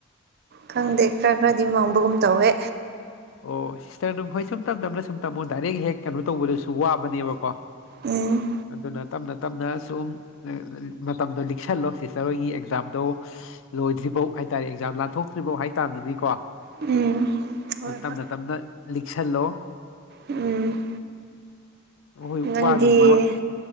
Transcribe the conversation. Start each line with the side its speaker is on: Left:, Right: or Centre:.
Right: ꯈꯪꯗꯦ ꯈꯔ ꯈꯔꯗꯤ ꯃꯥꯡꯕꯒꯨꯝ ꯇꯧꯋꯦ
Left: ꯑꯣ ꯁꯤꯁꯇꯔ ꯑꯗꯨꯝ ꯍꯣꯏ ꯁꯨꯝ ꯇꯞ ꯇꯞꯅ ꯁꯨꯝ ꯇꯝꯃꯣ ꯗꯥꯏꯔꯦꯛ ꯍꯦꯛ ꯀꯩꯅꯣ ꯇꯧꯕꯗꯨꯁꯨ ꯋꯥꯕꯅꯦꯕꯀꯣ
Right: ꯎꯝ
Left: ꯑꯗꯨꯅ ꯇꯞꯅ ꯇꯞꯅ ꯁꯨꯝ ꯃꯇꯝꯗꯣ ꯂꯤꯛꯁꯜꯂꯣ ꯁꯤꯁꯇꯔ ꯍꯣꯏꯒꯤ ꯑꯦꯛꯖꯥꯝꯗꯣ ꯂꯣꯏꯗ꯭ꯔꯤꯐꯥꯎ ꯍꯥꯏꯇꯥꯔꯦ ꯑꯦꯛꯖꯥꯝ ꯂꯥꯟꯊꯣꯛꯇ꯭ꯔꯤꯐꯥꯎ ꯍꯥꯏ ꯇꯥꯃꯤꯅꯦꯀꯣ
Right: ꯎꯝ ꯍꯣꯏ
Left: ꯑꯗꯨꯝ
Right: ꯍꯣꯏ
Left: ꯇꯞꯅ ꯇꯞꯅ ꯂꯤꯛꯁꯜꯂꯣ
Right: ꯎꯝ
Left: ꯍꯣꯏ
Right: ꯅꯪꯗꯤ
Left: ꯋꯥꯕꯨꯗꯤ ꯋꯥ